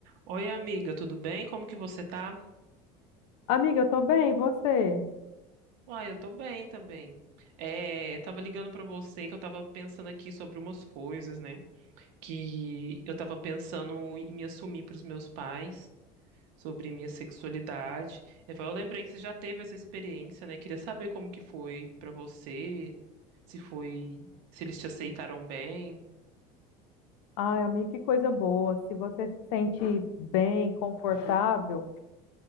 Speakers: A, on the right; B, on the left.
A: Oi, amiga, tudo bem? Como que você tá?
B: Amiga, eu tô bem, e você?
A: Uai, eu tô bem também. É, eu tava ligando pra você que eu tava pensando aqui sobre umas coisas, né? Que eu tava pensando em me assumir pros meus pais, sobre minha sexualidade. Eu falei, eu lembrei que você já teve essa experiência, né? Queria saber como que foi pra você, se foi, se eles te aceitaram bem.
B: Ai, amiga, que coisa boa. Se você se sente bem, confortável,